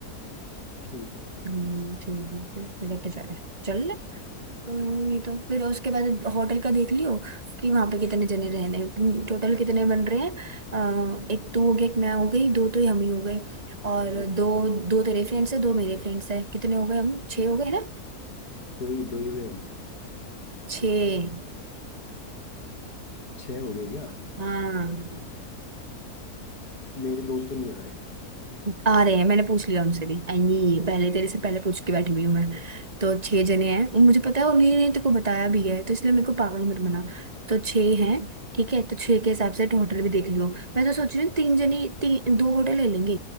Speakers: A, on the left; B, on the right.
A: ठीक है
B: हम्म ठीक है फिर फिर लेके जा रहा है चल ले हम्म, ये तो फिर उसके बाद होटल का देख लियो कि वहां पे कितने जने रहने हैं, हम्म, टोटल कितने बन रहे हैं अ, एक तू हो गया एक मैं हो गई दो तो हम ही हो गए और
A: बस
B: दो दो तेरे फ्रेंड्स है दो मेरे फ्रेंड्स है कितने हो गए हम छह
A: बस
B: हो गए ना
A: दो ही दो ही हुए हम
B: छह
A: छह हो गए क्या
B: हाँ
A: मेरे दोस्त तो नहीं आ रहे
B: आ रहे हैं मैंने पूछ लिया उनसे भी एंड ये पहले तेरे से पहले पूछ के बैठी हुई हूँ मैं तो छह जने हैं उन- मुझे पता है उन्हीं ने तेरे को बताया भी है तो इसलिए मेरे को पागल मत बना तो छह हैं ठीक है तो छह के हिसाब से होटल भी देख लियो मैं तो सोच रही हूँ तीन जने तीन दो होटल ले लेंगे